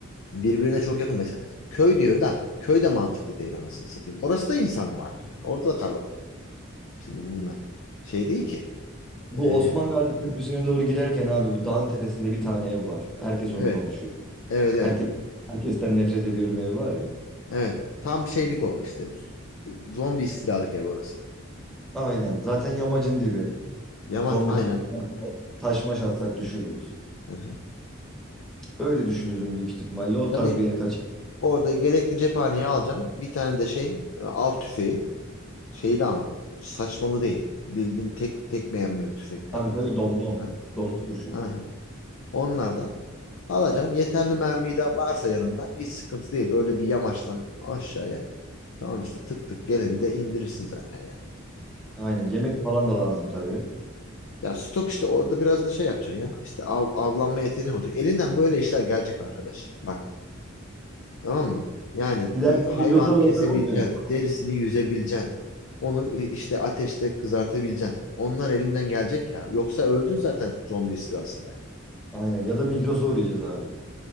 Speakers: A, on the left; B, in the centre.
A: birbirine çok yakın mesela köy diyor da köy de mantıklı değil anasını satayım. Orası da insan var yani orada da kalabalık. Şimdi bunlar şey değil ki.
B: Bu
A: Ee,
B: Osman Gazi Köprüsü'ne doğru girerken abi bu dağın tepesinde bir tane ev var. Herkes
A: evet
B: onu konuşuyor.
A: evet evet
B: Herkes herkesten nefret ediyorum evi var ya.
A: evet tam şeylik o işte Z- zombi istilalık ev orası.
B: Aynen. Zaten yamacın dibi.
A: Yamaç
B: Zombi
A: aynen.
B: Taş maş atsak düşürürüz.
A: Hı hı.
B: Öyle düşünüyordum büyük ihtimalle. O
A: Tabii
B: tarz bir yere kaçar.
A: orada gerekli cephaneyi alacaksın bir tane de şey e, av tüfeği. Şeyli ama saçmalı değil. Bildiğin tek tek mermili tüfeklerden
B: Tabii tabii
A: tamam.
B: domdom.
A: Ha,
B: Domuz kurşunu.
A: ha, ha. Onlardan alacaksın. Yeterli mermi de varsa yanında hiç sıkıntı değil. Öyle bir yamaçtan aşağıya. Tamam işte tık tık gelinde indirirsin zaten yani.
B: Aynen. Yemek falan da lazım tabii.
A: Ya stok işte orada biraz da şey yapacaksın ya. İşte av, avlanma yeteneğin olacak. Elinden böyle işler gelecek arkadaş. Bak. Tamam mı? Yani
B: Giderken
A: bir hayvan
B: Migros'a uğrasak
A: kesebileceksin,
B: olmuyor mu?
A: derisini yüzebileceksin. Onu e, işte ateşte kızartabileceksin. Onlar elinden gelecek ya. Yoksa öldün zaten zombi istilasında. yani.
B: Aynen. Ya da Migros'a uğrayacağız abi.